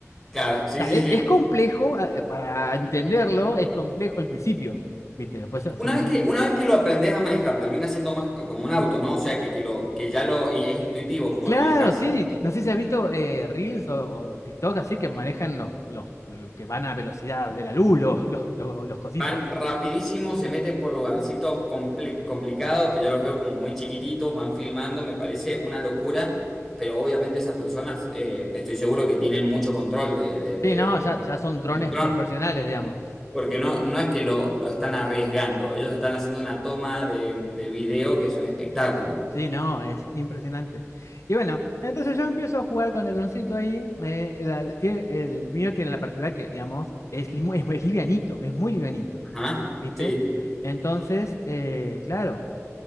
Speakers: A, in the centre; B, on the left.
A: Claro, sí,
B: O sea,
A: sí,
B: e-
A: sí.
B: es, complejo, eh, para entenderlo, es complejo el principio, ¿viste? Después eh,
A: Una
B: seguramente
A: vez que, una vez que lo aprendes a manejar, termina siendo más como un auto, ¿no? O sea, que, que, lo, que ya lo, y es intuitivo como
B: Claro,
A: lo manejas.
B: sí. No sé si has visto eh, Reels o, o TikTok así que manejan los, los eh, que van a velocidad de la luz, los, los, los- los cositos.
A: Van rapidísimo, se meten por lugarcitos compli- complicados, que yo los veo como muy chiquititos, van filmando, me parece una locura, pero obviamente esas personas, eh, estoy seguro que tienen mucho control de, de- de-
B: Sí, no, ya, ya son drones
A: del dron.
B: profesionales, digamos.
A: Porque no, no es que lo, lo están arriesgando, ellos están haciendo una toma de, de video que es un espectáculo.
B: Sí, no, es impresionante. Y bueno, entonces yo empiezo a jugar con el droncito ahí. eh, la- tiene- el mío tiene la particularidad que, digamos, es, li- es, muy livianito, es muy livianito,
A: Ajá,
B: ¿viste?
A: sí,
B: Entonces, eh, claro,